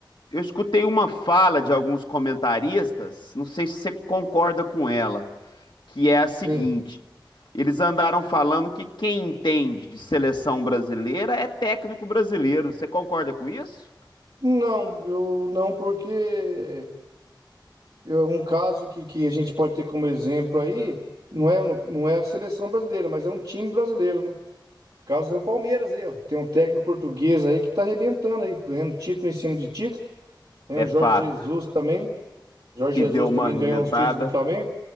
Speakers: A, on the left (about 70°); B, on the right (about 75°).
A: eu escutei uma fala de alguns comentaristas, não sei se você concorda com ela, que é a seguinte:
B: Sim.
A: Eles andaram falando que quem entende de seleção brasileira é técnico brasileiro. Você concorda com isso?
B: Não, eu não, porque é um caso que, que a gente pode ter como exemplo aí, não é, não é a seleção brasileira, mas é um time brasileiro, né? O caso é o Palmeiras aí, ó. Tem um técnico português aí que tá arrebentando aí, ganhando título em cima de título. Tem
A: É
B: o Jorge
A: fato
B: Jesus também. Jorge
A: que
B: Jesus
A: deu uma
B: também
A: arrementada.
B: ganhou uns títulos no Flamengo,